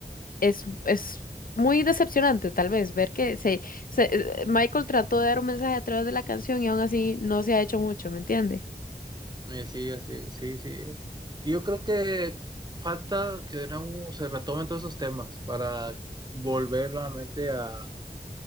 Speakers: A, on the left; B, on the right.
A: es, es muy decepcionante, tal vez, ver que se, se- eh, Michael trató de dar un mensaje a través de la canción y aún así no se ha hecho mucho, ¿me entiende?
B: eh, sí, así, sí, sí. Y Yo creo que falta que de nuevo se retomen todos esos temas para volver nuevamente a,